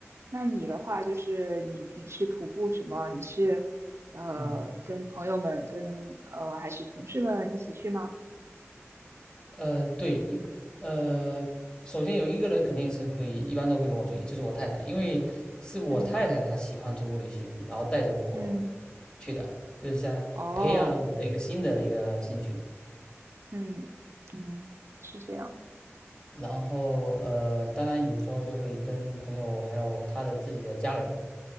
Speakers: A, on the right (about 60°); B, on the left (about 20°).
A: 那你的话，就是你平时徒步什么？你是呃跟朋友们跟呃还是同事们一起去吗？
B: 嗯，呃，对，一呃，首先有一个人肯定是会，一般都会跟我去，就是我太太，因为是我太太她喜欢徒步旅行，
A: 嗯
B: 然后带着我
A: 嗯，
B: 去的，就是像培养了我的一个新的一个兴趣，
A: 哦，嗯嗯，是这样，
B: 然后呃，当然有时候就会跟朋友还有他的自己的家人，